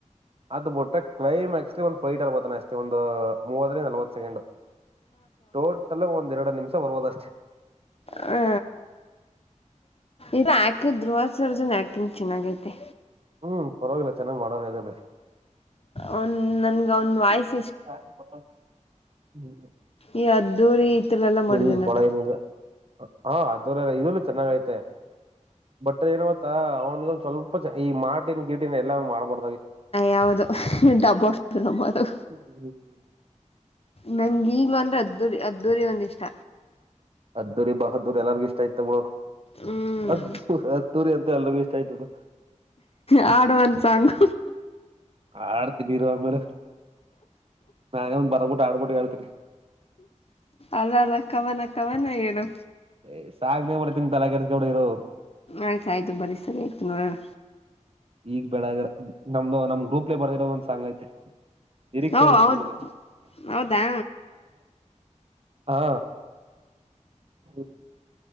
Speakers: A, on the right; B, on the left.
A: ಅದು ಬಿುಟ್ಟ ಕ್ಲೈಮ್ಯಾಕ್ಸ್ ಒಂದು ಫೈಟ್ ಅಲ್ಬ ಅಷ್ಟ ಒಂದು ಮೂವರಿಂದ ನಲ್ವ ಕೆಂಡ್ ಟೋಟಲ್ ಒಂದ ಎರಡು ನಿಮಿಷ ಬದ.
B: ಹು. ಇದು ಆಕ್ಟ್ ಧ್ರುವ ಸರ್ಜನ್ ಆಕ್ಟಿಂಗ್ ಚೆನ್ನಾಗೈತೆ.
A: ಹ್ಮ್, ಪರವಾಗಿಲ್ಲ ಚೆನ್ನಾಗಿ ಮಾಡೋಣ ಇದ್ರಲೆ.
B: ಅವ್ನ ನನ್ಗ ಅವ್ನ ವಾಯ್ಸ.
A: ಪ ಹ್ಮ.
B: ಈ ಅದ್ದೂರಿ ಇತರಲ್ಲ ಮಾಡಿದನಲ್ಲ
A: <inaudible> ಇಲ್ಲಿ ಕೊಳಗನಿಲ್ಲ ಹ ಅದವರೆಲ್ಲ ಇದ ಚೆನ್ನಾಗ ಐತೆ ಬಟ್ ಏನ್ ಗತ್ತಾ ಅವನ್ಗ. ಸ್ವಲ್ಪ ಈ ಮಾರ್ಟಿನ್ ಗ್ರಿಟಿನ್ ಎಲ್ಲ ಮಾಡ್ಬಹು.
B: ಯಾವುದು ಡಬ್ಬ ಫಿಲ್ಮ ಅದು.
A: ಹ್ಮ್ಮ. <inaudible>
B: ನಂಗ ಈಗ್ಲೂ ಅಂದ್ರೆ ಅದ್ದೂರಿ- ಅದ್ದೂರಿ ಅಂದ್ರಿಷ್ಟ.
A: ಅದ್ದೂರಿ, ಬಹದ್ದೂರಿ ಎಲ್ಲರಿಗೂ ಇಷ್ಟ ಆಯತ ಮ
B: ಹ್ಮ್
A: ಅದ್ದ, ಅದ್ದೂರಿ ಅಂತ ಎಲ್ಲರಿಗೂ ಇಷ್ಟ. ಗ ಆಯ್ತದು <inaudible>
B: ಹಾಡುಒಂದ ಸಾಂಗು.
A: ಆಡ್ತೀನಿ ಇರು ಆಮೇಲೆ ನಾನೇ ಒಂದ್ ಬರ್ಬಿಟ್ಟು ಆಡ್ಬಿಟ್ಟು ಹೇಳ್ತೀನಿ.
B: ಅಲ್ಲ -ಅಲ್ಲ ಕವನ- ಕವನ ಹೇಳು.
A: ಏ ಸಾಂಗ್ ನೇ ಬರಿತಿನಿ ತಲೆಕೆಡ್ಸಗಬೇಡಇರು.
B: ಆಯ್ತು, ಆಯ್ತು ಬರಿ ಸರಿ ಆಯ್ತು ನೋಡೋಣ.
A: ಈಗ್ ಬೇಡ ನಮ್ದು, ನಮ್ ಗ್ರೂಪ್ಗೆ ಬರ್ದಿರೋದ ಒಂದ ಸಾಂಗ್ ಐತೆ. ಲಿರೀಕ್ಷ
B: ಓ
A: ಹೇಳತಿನಿ
B: ಹೌದು
A: ಬೆಕಾರೆ.
B: ಹೌದಾ
A: ಹಾ, ಹ್ಮ